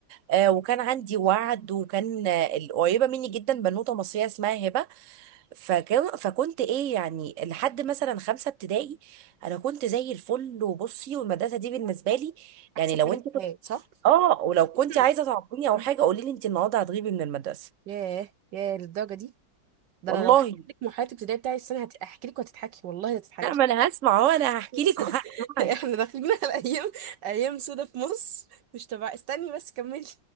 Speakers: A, on the right; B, on the right.
A: آه، وكان عندي وعد وكان آه، القريبه مني جدا بنوته مصريه اسمها هبه فكان فكنت ايه يعني لحد مثلا خمسه ابتدائي انا كنت زي الفل وبصي والمدرسه دي بالنسبه لي
B: احسن
A: يعني لو
B: حاجة
A: انت
B: في
A: كنت
B: الحياة صح؟
A: اه ولو كنت
B: مهم.
A: عايزه تعاقبيني او
B: مهم.
A: حاجه قولي لي انت النهارده هتغيبي من المدرسه
B: ياه ياه للدرجة دي ده
A: والله
B: انا لو حكيت لك مرحلة الابتدائي بتاعي السنة هت- هحكي لك وهتضحكي والله هتضحكي
A: لا ما انا هسمع اهو انا هحكي
B: <laughs>
A: لك <laughs> وهسمعك
B: احنا داخلين على ايام ايام سودة في مصر مش تبع استني بس كملي